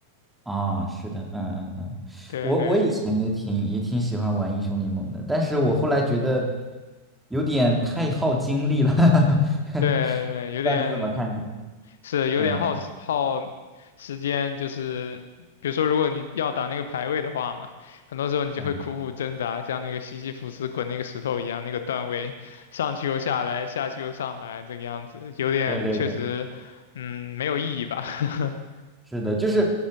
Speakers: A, in the centre; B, on the left (about 60°).
A: 啊、是的，嗯嗯嗯，
B: 对对
A: 我我以前也挺也挺喜欢玩英雄联盟的，但是我后来觉得有点太耗精力了，<laughs> 不知道你怎么看这？
B: 对对，有点是有点耗时耗
A: 嗯
B: 时间，就是比如说，如果你要打那个排位的话嘛，很多时候你就会苦苦挣扎，
A: 嗯，
B: 像那个西西弗斯滚那个石头一样，那个段位上去又下来，下去又上来，这个样子有点确实，
A: 对对对。
B: 嗯，没有意义吧？<laughs>
A: 是的，就是